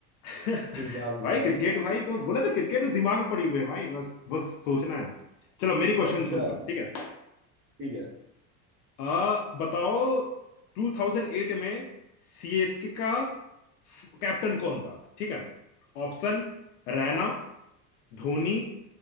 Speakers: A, on the left (about 80°); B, on the right (about 25°).
A: <laughs>
B: ठीक है आपकी
A: भाई
B: बारी
A: क्रिकेट भाई तो बोले
B: <laughs>
A: तो क्रिकेट उस दिमाग में पड़ी हुई है भाई बस बस सोचना है चलो मेरी क्वेश्चन
B: अच्छा
A: तुम सुनो ठीक है
B: ठीक है
A: आ, बताओ 2008 में सीएसके का कैप्टन कौन था ठीक है ऑप्शन रैना धोनी